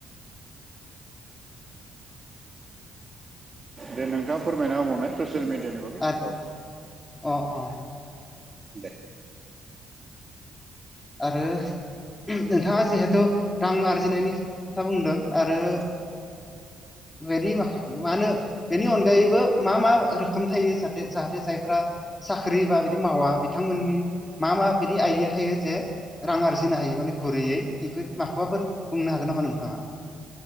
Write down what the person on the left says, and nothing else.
आरो
अ अ
आरो नोंथाङा जिहेथु रां आरजिनायनि खोथा बुंदों आरो
बेदि माख मा होनो बेनि अनगायैबो मा मा रोखोम थायो जाहाथे जाहाथे जायफ्रा साख्रि बा बिदि मावा बिथांमोननि मा मा बिदि आइडिया थायो जे रां आरजिनो हायो माने गुरैयै बेफोर माखौबाफोर बुंनो हागोन नामा नोंथाङा।